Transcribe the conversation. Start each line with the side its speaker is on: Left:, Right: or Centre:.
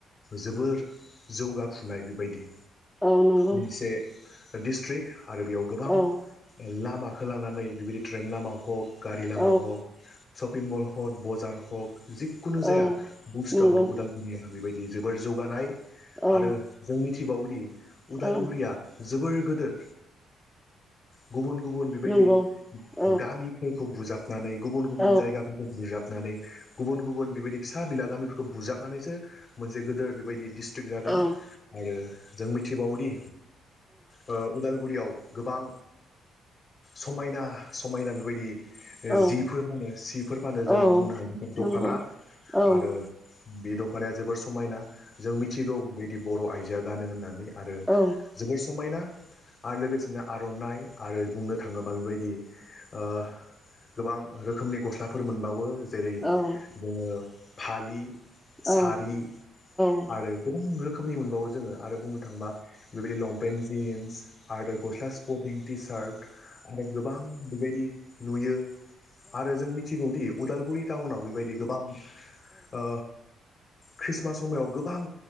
Left: जोबोर जौगाफुनाय बेबायदि
Centre: औ नंगौ
Left: मोनसे डिस्ट्रिक आरो बेयाव गोबां
Centre: औ
Left: लामा खो लानानै बेबायदि ट्रेन लामा हक गारि लामा
Centre: औ
Left: हक शपिं मल हक बजार हक जिखुनु
Centre: औ
Left: जाया बुस्थुआवनो
Centre: नंगौ
Left: उदालगुरिया बेबायदि जोबोर जौगानाय
Centre: औ
Left: आरो जों मिथिबावोदि उदालगुरिया
Centre: औ
Left: जोबोर गोदोर गुबुन गुबुन बेबायदि
Centre: नंगौ औ
Left: गामिफोर खौ बुजाबनानै गुबुन गुबुन
Centre: औ
Left: जायगाफोरखौ बुजाब नानै गुबुन गुबुन बेबायदि फिसा बिला गामिफोरखौ बुजाबनानैसो मोनसे गोदोर बेबायदि डिस सस्ट्रिक जादों
Centre: औ
Left: आरो जों मिथिबावोदि ओ उदालगुरियाव गोबां समायना समायना बेबायदि
Centre: औ
Left: जिफोर फाऩो सिफोर फानो
Centre: नंगौ औ
Left: जों बुंनो हायोदि दखना
Centre: नंगौ औ
Left: आरो बे दख ख'नाया जोबोर समायना जों मिथिगौ बेबायदि बर' आइजोआ गानो होननानै आरो
Centre: औ
Left: जोबोर समायना आरो लोगोसेनो आर'नाइ आरो बुंनो थाङोबा बेबायदि ओ गोबां रोखोमनि गसलाफोर मोनबावो जेरै
Centre: औ नंगौ औ नंगौ औ नंगौ औ
Left: जोङो फालि सारि
Centre: औ औ
Left: आरो गोबां रोखोमनि मोनबावो जोङो आरो बुंनो थांबा बेबायदि लंपेेन जिन्स आरो गस्ला स्पर्टिं टि सार्ट आरो गोबां बेबायदि नुयो आरो जों मिथिगौदि उदालगुरि टाउनाव बेबायदि गोबां ओ ख्रिस्टमास समायाव गोबां